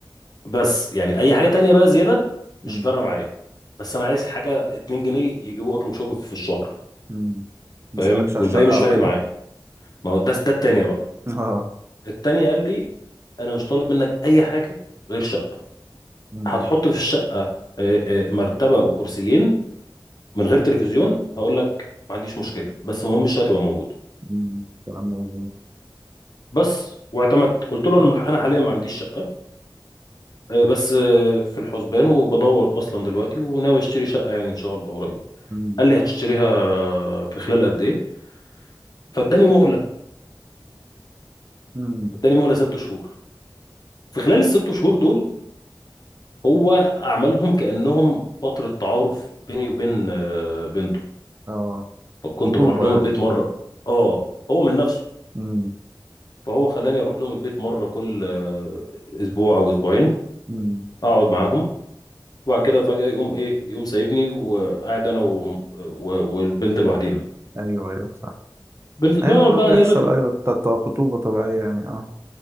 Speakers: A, on the left; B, on the right.
A: بس يعني اي حاجه تانية بقى زياده مش
B: مم.
A: فارقه معايا بس انا عايز حاجه 2 جنيه يجيبوا اكل وشرب في الشهر
B: مم. مسألكش
A: فاهم
B: على
A: والباقي
B: الشقة
A: مش
B: او
A: فارق
B: كده
A: معايا ما هو ده ده التانية بقى
B: <laughs> اه
A: التانية قال لي انا مش طالب منك اي حاجه غير شقه
B: مم.
A: هتحط في الشقه آه، آه، مرتبه وكرسيين من غير تلفزيون هقول لك ما عنديش مشكله بس المهم الشقه تبقى موجوده
B: مم. كلام موزون
A: بس واعتمدت قلت له
B: آه.
A: انا انا حاليا ما عنديش شقه، آه، بس آه، في الحسبان وبدور اصلا دلوقتي وناوي اشتري شقه يعني ان شاء الله قريب
B: مم.
A: قال لي هتشتريها في خلال قد ايه فاداني مهله
B: مم.
A: اداني مهله ست شهور في خلال الست شهور دول هو عملهم كانهم فتره تعارف بيني وبين آه، بنته
B: اه
A: فكنت
B: طوبة
A: بروح لهم
B: يعني
A: البيت مره
B: اه
A: اه هو من نفسه
B: مم.
A: فهو خلاني اروح لهم البيت مره كل آه، اسبوع او اسبوعين
B: مم.
A: اقعد معاهم وبعد كده فجاه يقوم ايه يقوم سايبني وقاعد انا و... و... والبنت لوحدينا
B: ايوه ايوه صح
A: بنقعد
B: ايوه ده
A: بقى
B: بيحصل
A: نرغي
B: ايوه بتاع- بتاع خطوبة طبيعية يعني اه